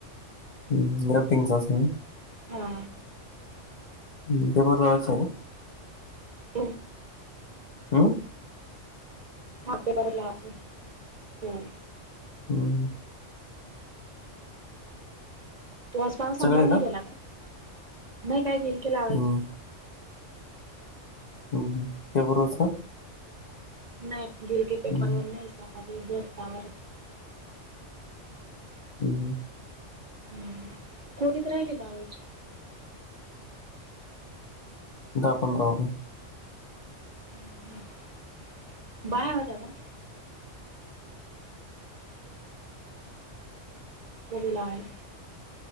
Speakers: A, on the left; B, on the right.
A: हम जरा पिंग चाचणी
B: हा
A: हम ते बरवाच आहे
B: हो
A: हम
B: <inaudible> अजून हो
A: हम
B: तो आज पाव संभावर
A: सगळे आहे
B: नाही
A: का
B: गेला काय, नाही काय गेल की लावायच
A: हम्म, हम हम ते रोज का
B: नाही गिल के
A: हम्म,
B: पेपर वर नाही साधे <inaudible> वर आहे
A: हम्
B: हम कोठेत राहिले लावायची
A: दहा पंधरा <inaudible>
B: हम हम बाहेर होत्या का <inaudible> लावायला